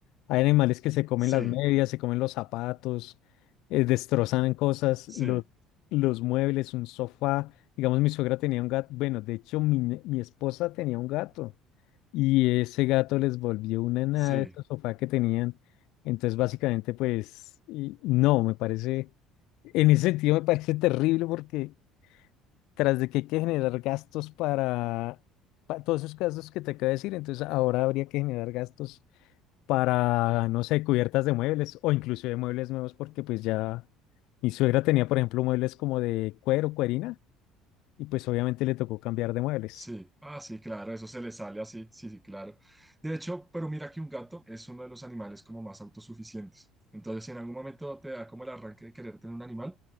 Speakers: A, on the left; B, in the centre.
A: hay animales que se comen
B: Sí,
A: las medias, se comen los zapatos, eh, destrozan cosas,
B: sí,
A: los, los muebles, un sofá. Digamos, mi suegra tenía un gato, bueno, de hecho, mi, ne- mi esposa tenía un gato y ese gato les volvió una nada
B: sí.
A: de estos sofá que tenían. Entonces, básicamente, pues, y- no, me parece... En ese sentido me parece terrible porque tras de que hay que generar gastos para, pa- todos esos gastos que te acabo de decir, entonces ahora habría que generar gastos para, no sé, cubiertas de muebles o incluso de muebles nuevos porque pues ya mi suegra tenía, por ejemplo, muebles como de cuero, cuerina y pues obviamente le tocó cambiar de muebles.
B: Sí, ah, sí, claro, eso se le sale así, sí, sí, claro. De hecho, pero mira que un gato es uno de los animales como más autosuficientes. Entonces, si en algún momento te da como el arranque de querer tener un animal,